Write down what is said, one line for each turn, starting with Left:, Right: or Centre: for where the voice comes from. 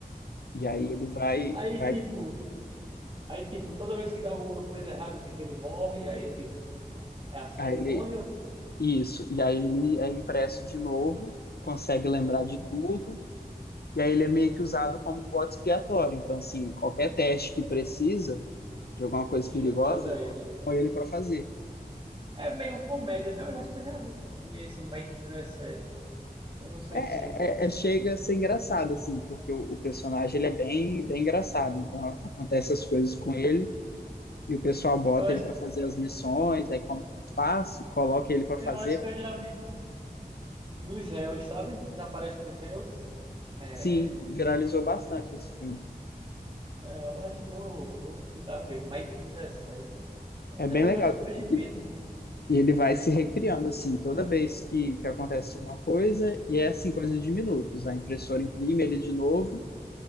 Left: E aí ele vai,
Right: Aí,
Left: vai,
Right: tipo, aí, tipo, toda vez que dá alguma coisa errada, tipo, ele morre, aí ele, tipo, é assim
Left: aí
Right: ele
Left: ele,
Right: morre ou...
Left: isso. E aí ele é impresso de novo, consegue lembrar
Right: Ah,
Left: de tudo. E aí ele é meio que usado como bode expiatório. Então, assim, qualquer teste que precisa de alguma coisa
Right: <laughs> já-
Left: perigosa,
Right: bota ele.
Left: com ele para fazer.
Right: É meio comédia, né? Eu acho que eu já vi esse Mike 17. Eu não sei
Left: É,
Right: se...
Left: é- é- chega a ser engraçado, assim, porque o, o personagem ele é bem, bem engraçado. Então a- acontece as coisas com ele e o pessoal bota
Right: Eu acho,
Left: ele para fazer as missões, aí começa o espaço, coloca ele para
Right: eu
Left: fazer.
Right: acho que eu já vi no, nos réus, sabe? Na palestra dos réus. É,
Left: Sim,
Right: é,
Left: viralizou bastante esse filme.
Right: eu acho que vou, vou tentar ver. Mike 17. Até
Left: É bem
Right: hoje,
Left: legal.
Right: acho que hoje mesmo.
Left: E e ele vai se recriando,
Right: Hoje,
Left: assim, toda vez que, que acontece alguma coisa, e é assim, coisa de minutos. A impressora imprime ele de novo